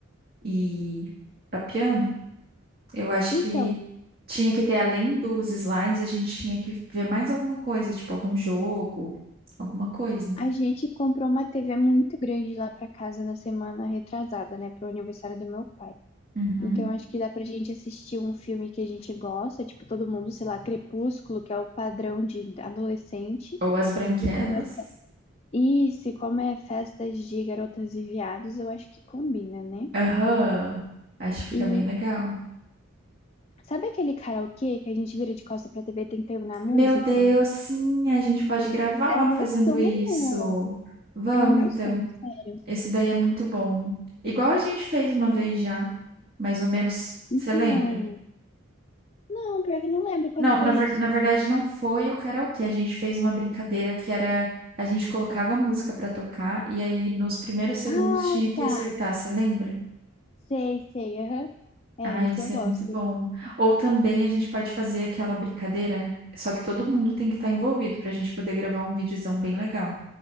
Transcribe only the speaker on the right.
e papeando? Eu acho
que tinha que ter, além dos slides, a gente tinha que ver mais alguma coisa, tipo algum jogo, alguma coisa.
Uhum.
Ou as branquelas.
Aham. Acho que fica
bem legal.
Meu Deus, sim, a gente pode gravar
fazendo
isso. Vamos
então.
Esse daí é muito bom. Igual a gente fez uma vez já, mais ou menos,
você lembra?
Não,
na, ver-
na verdade não foi o karaokê. A gente fez uma brincadeira que era a gente colocava a música pra tocar e aí nos primeiros segundos
tinha que
acertar, você lembra?
Ah, isso
é muito bom. Ou também a gente pode fazer aquela brincadeira, só que todo mundo tem que estar envolvido pra gente poder gravar um videozão bem legal.